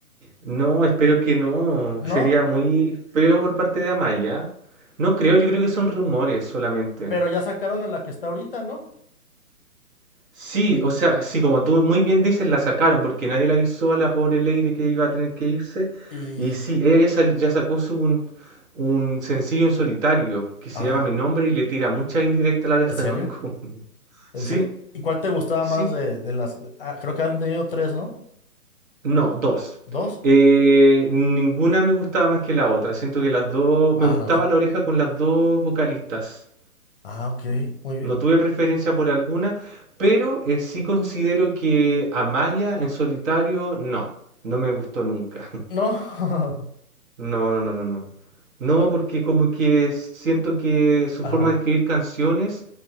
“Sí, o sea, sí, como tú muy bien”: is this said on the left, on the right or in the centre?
Right